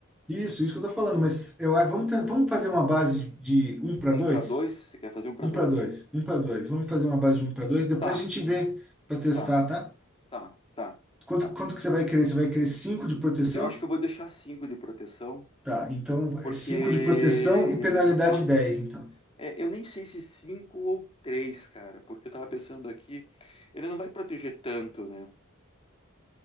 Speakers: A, in the centre; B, on the left.
A: Isso, isso que eu tô falando. Mas eu, acho- vamos, ten- vamos fazer uma base de um para
B: Um
A: dois,
B: para dois? Você quer fazer um para
A: um
B: dois?
A: para dois, um para 2. Vamos fazer uma base de um para 2. Depois
B: Tá,
A: a gente vê para testar,
B: tá,
A: tá?
B: tá, tá,
A: Quanto,
B: tá.
A: quanto que você vai querer? Você vai querer 5 de proteção?
B: Eu acho que eu vou deixar cinco de proteção.
A: Tá, então
B: Porque,
A: é 5 de proteção e penalidade
B: porque ela,
A: 10 então.
B: É, eu nem sei se cinco ou três, cara, porque eu tava pensando aqui, ele não vai proteger tanto, né?